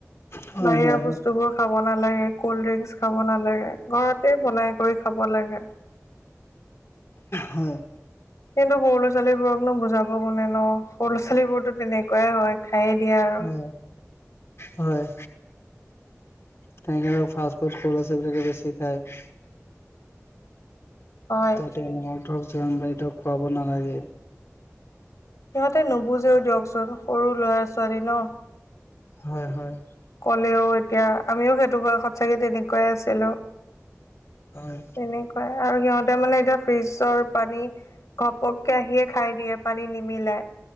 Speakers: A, on the left; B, on the left.
A: হয়
B: বাহিয়া
A: হয়
B: বস্তুবোৰ খাব নালাগে ক'ল্ড ড্ৰিংকচ খাব নালাগে ঘৰতে বনাই কৰি খাব লাগে।
A: হয়।
B: কিন্তু সৰু ল'ৰা ছোৱালীবোৰকনো বুজাব কোনে ন সৰু ল' ছোৱালীবোৰতো তেনেকুৱাই হয়। খাইয়ে দিয়ে আৰু।
A: হয় হয়। তেনেকা লোক ফাষ্ট ফুড সৰু ল'ৰা ছোৱালী বিলাকে বেছি খায়।
B: হয়
A: ত তেওঁলোকক ধৰক যিমান পাৰি ধৰক খুৱাব নালাগে।
B: সিহঁতে নুবুজেও দিয়কচোন সৰু ল'ৰা ছোৱালী ন।
A: হয় হয়।
B: ক'লেও এতিয়া আমিও সেইটো বয়সত চাগে তেনেকুৱাই আছিলোঁ।
A: হয়।
B: তেনেকুৱাই আৰু সিহঁতে মানে এতিয়া ফ্ৰিজৰ পানী। ঘপককে আহিয়ে খাই দিয়ে পানী নিমিলাই।